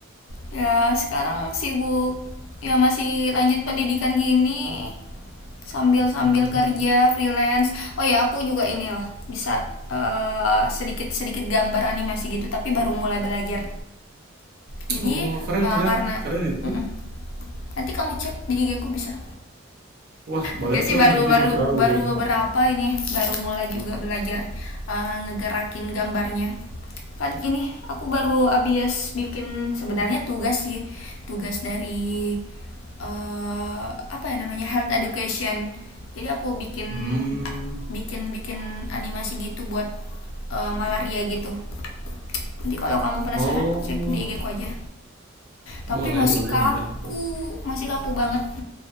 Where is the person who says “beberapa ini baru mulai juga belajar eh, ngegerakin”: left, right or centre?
Left